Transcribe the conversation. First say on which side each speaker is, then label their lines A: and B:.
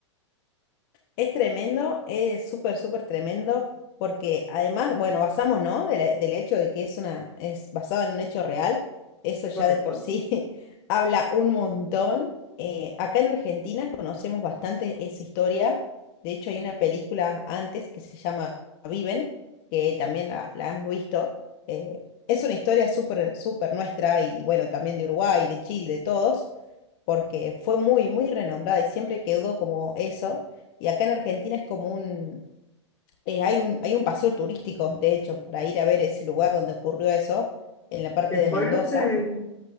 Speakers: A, on the left; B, on the left.
A: Es tremendo, es súper, súper tremendo, porque además, bueno, basamos, ¿no? de la- del hecho de que es una, es basado en un hecho real, eso ya
B: ¿correcto?
A: de por sí <laughs> habla un montón. Eh, acá en Argentina conocemos bastante esa historia. De hecho, hay una película antes que se llama Viven, que también la, la hemos visto. Eh, es una historia súper, súper nuestra y bueno, también de Uruguay, de Chile, de todos porque fue muy, muy renombrada y siempre quedó como eso. Y acá en Argentina es como un, eh, hay un, hay un paseo turístico, de hecho, para ir a ver ese lugar donde ocurrió eso, en la parte
B: Qué
A: de
B: fuerte.
A: Mendoza.